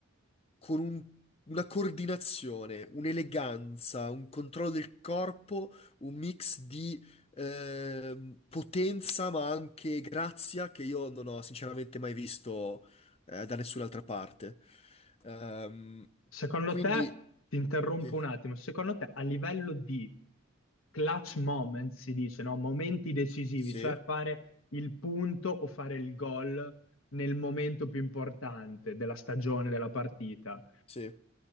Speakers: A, on the left; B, on the left.
A: con un- una coordinazione, un'eleganza, un controllo del corpo, un mix di ehm, potenza, ma anche grazia che io non ho sinceramente mai visto eh, da nessun'altra parte. Ehm,
B: Secondo
A: quindi
B: te, ti interrompo
A: sì,
B: un attimo, secondo te a livello di clutch moment si dice, no? Momenti decisivi,
A: sì,
B: cioè fare il punto o fare il gol nel momento più importante della stagione, della partita.
A: sì,